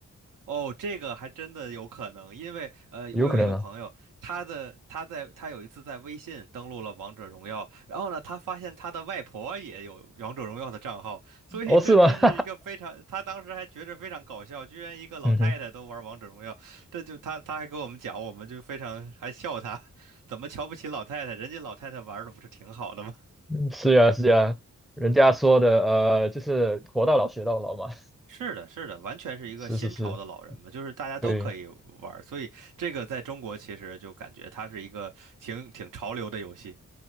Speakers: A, on the right; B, in the centre.
A: 哦，这个还真的有可能，因为呃，
B: 有可能啊，
A: 我有一个朋友，他的他在他有一次在微信登录了王者荣耀，然后呢，他发现他的外婆也有王者荣耀的账号，所以这真是一个非常，
B: <laughs> 哦，是吗？<laughs>
A: 他当时还觉着非常搞笑，居然一个老太太都玩王者荣耀，
B: 嗯哼
A: 这就他他还跟我们讲，我们就非常还笑他，<laughs> 怎么瞧不起老太太？人家老太太玩的不是挺好的吗？
B: <laughs> 是呀，是呀，人家说的，呃，就是活到老学到老嘛。
A: 是的，是的，完全是一个新潮的老人嘛，
B: <laughs> 是是是，
A: 就是大家都可以玩儿，
B: 对
A: 所以这个在中国其实就感觉它是一个挺挺潮流的游戏。